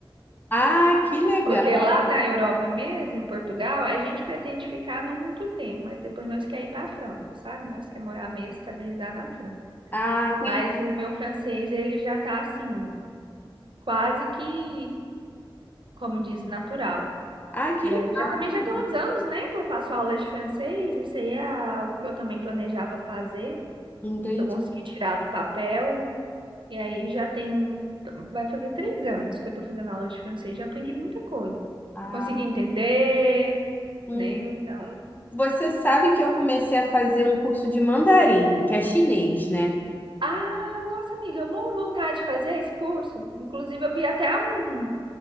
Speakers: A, on the left; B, on the right.
A: Ah, que legal.
B: Porque lá na Europa mesmo, em Portugal, a gente pretende ficar não muito tempo, mas depois nós quer ir para a França, sabe? Nós quer morar mesmo, estabilizar na França.
A: Ah, tem.
B: Mas o meu francês, ele já tá assim, quase que, como diz, natural.
A: Ah, que
B: E
A: legal.
B: aí, já também já tem uns anos, né, que eu faço aulas de francês, isso aí é algo que eu também planejava fazer,
A: Entendi.
B: que eu consegui tirar do papel. E aí já tem, vai fazer três anos que eu tô fazendo aula de francês, já aprendi muita coisa.
A: Ah,
B: Consegui entender
A: hum.
B: né? Então.
A: Você sabe que eu comecei a fazer um curso de mandarim, que é chinês, né?
B: Ah, nossa amiga, eu morro de vontade de fazer esse curso. Inclusive, eu vi até um.